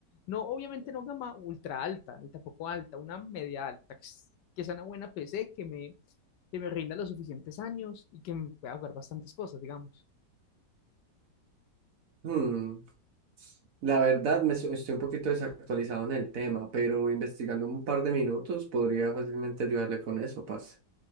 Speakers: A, on the left; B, on the right.
A: No, obviamente no gama ultra alta, ni tampoco alta, una media alta, que s- que sea una buena PC que me, que me rinda los suficientes años y que me pueda jugar bastantes cosas, digamos.
B: Hmm, La verdad, me so- estoy un poquito desactualizado en el tema, pero investigando un par de minutos podría fácilmente ayudarle con eso, parce.